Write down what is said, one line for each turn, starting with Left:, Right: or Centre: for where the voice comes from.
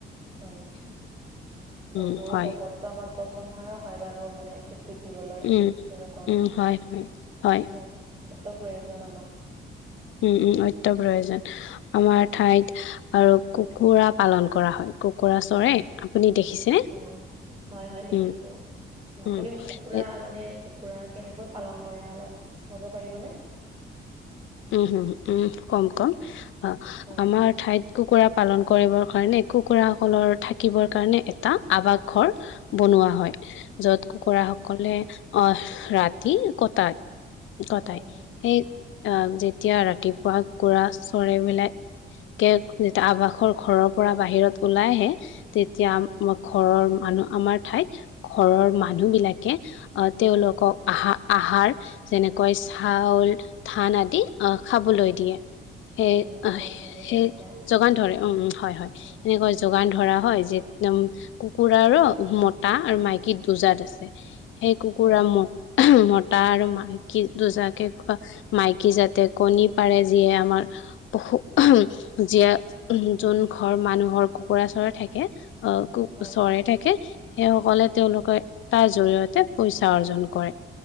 Right: হয়
Left: উম
Right: এ গৰু
Left: হয়
Right: গোবৰটো আমাৰ পচন সাৰ হয় বাৰু মানে খেতি দিবলৈ তেনেকুৱা
Left: উম
Right: <unintelligible>
Left: উম
Right: সিহঁত
Left: হয় হয় হয়
Right: তাতো প্ৰয়োজন আমাক
Left: উম-উম অত্য় <unintelligible> প্ৰয়োজন আমাৰ ঠাইত আৰু কুকুৰা পালন কৰা হয়। কুকুৰা চৰে
Right: হয়
Left: আপুনি দেখিছেনে?
Right: হয় হয় হয় দেখিছো
Left: উম
Right: আপুনি
Left: উম,
Right: মোক কুকুৰা
Left: এ
Right: মানে <unintelligible> কুকুৰা কেনেকৈ পালন কৰে অলপ কব পাৰিবনে?
Left: উম-উম-উম, কম-কম অ
Right: হয়
Left: আমাৰ
Right: হয়
Left: ঠাইত কুকুৰা <unintelligible> পালন কৰিবৰ কাৰণে কুকুৰাসকলৰ থাকিবৰ কাৰণে এটা আৱাস ঘৰ বনোৱা হয়। যত কুকুৰা সকলে আহ ৰাতি কটায়। কটাই
Right: হয় হয়
Left: সেই আহ যেতিয়া ৰাতিপুৱা কুকুৰা চৰায়-মেলাই <unintelligible> কে যেতিয়া আৱাসৰ ঘৰৰ পৰা বাহিৰত ওলাই আহে <unintelligible> তেতিয়া
Right: হয়
Left: ঘৰৰ মানুহ আমাৰ ঠাইত ঘৰৰ
Right: উম
Left: মানুহবিলাকে <unintelligible> তেওঁলোকক
Right: উম
Left: আহা-আহাৰ যেনেকৈ চাউল, ধান আদি অ খাবলৈ দিয়ে। সেই-সেই
Right: হয় যোগান ধৰে তেনেকুৱা হয়
Left: যোগান ধৰে উম হয়-হয়
Right: হয়
Left: এনেকৈ যোগান ধৰে। ধৰা হয় যে একদম কুকুৰাৰো মতা আৰু মাইকী দুজাত আছে। সেই কুকুৰা
Right: হয়
Left: ম-মতা আৰু মাইকী দুজাকে খোৱা <unintelligible> মাইকী যাতে কণী পাৰে যিয়ে আমাৰ পশু যিয়ে <unintelligible> <unintelligible> যোন ঘৰ মানুহৰ কুকুৰা চৰাই থাকে <unintelligible> অ ক
Right: হয়
Left: চৰে থাকে সেই সকলে তেওঁলোকে তাৰ জৰিয়তে পইচা <unintelligible> অৰ্জন কৰে